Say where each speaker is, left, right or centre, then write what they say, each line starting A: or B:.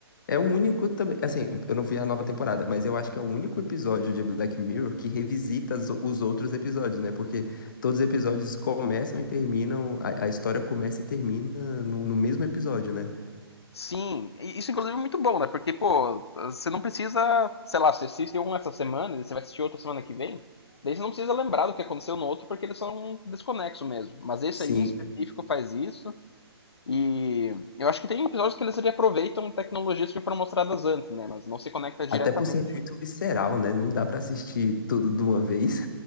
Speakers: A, on the left (about 50°); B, on the left (about 80°).
A: É o único também. Assim, eu não vi a nova temporada, mas eu acho que é o único episódio de Black Mirror que revisita as- os outros episódios, né? Porque todos os episódios começam e terminam. A, a história começa e termina no, no mesmo episódio, né?
B: Sim, isso inclusive é muito bom, né? Porque, pô, você não precisa, sei lá, você assiste um essa semana, e você vai assistir outro semana que vem. Daí você não precisa lembrar do que aconteceu no outro, porque eles são desconexos mesmo. Mas esse
A: Sim.
B: aí em específico faz isso. E eu acho que tem episódios que eles aproveitam tecnologias que foram mostradas antes, né? Mas não se conecta diretamente.
A: Até por ser muito visceral, né? Não dá pra assistir tudo de uma vez.